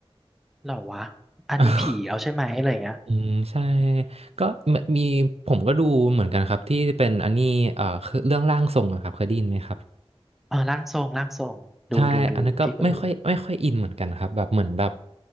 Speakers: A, in the centre; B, on the right.
A: เหรอวะอันนี้ผีเอาใช่ไหมอะไรเงี้ย
B: <laughs> อืมใช่ก็มมีผมก็ดูเหมือนกันครับที่เป็นอันนี้เอ่อคือเรื่องร่างทรงอะครับเคยได้ยินไหมครับ
A: เอ๋อร่างทรงร่างทรงดูดูดูพี่ก็ดู
B: ใช่ อันนั้นก็ไม่ค่อยไม่ค่อยอินเหมือนกันครับแบบเหมือนแบบ